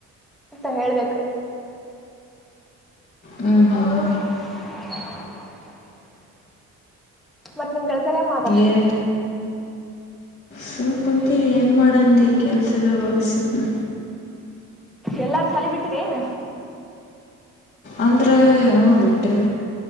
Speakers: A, in the centre; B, on the left.
A: ಮತ್ತ ಹೇಳ್ಬೇಕ
B: ಹ್ಮ್ ಹ್ಮ್
A: <inaudible> ಮತ್ತ್ ನಿಮ್ ಗೆಳೆತ್ಯಾರ್ ಏನ್ಮಾಡಾತಾರ.
B: ಏನಿಲ್ಲ ಸುಮ್ ಕುಂತಿ ಏನ್ ಮಾಡಂದಿ ಕೆಲ್ಸ ಇಲ್ಲ ಬಗಸಿಲ್ಲ
A: ಎಲ್ಲಾರ ಸಾಲಿ ಬಿಟ್ಟಿರೆನ್
B: ಅಂದ್ರ ಹ ಬಿಟ್ಟೆವಿ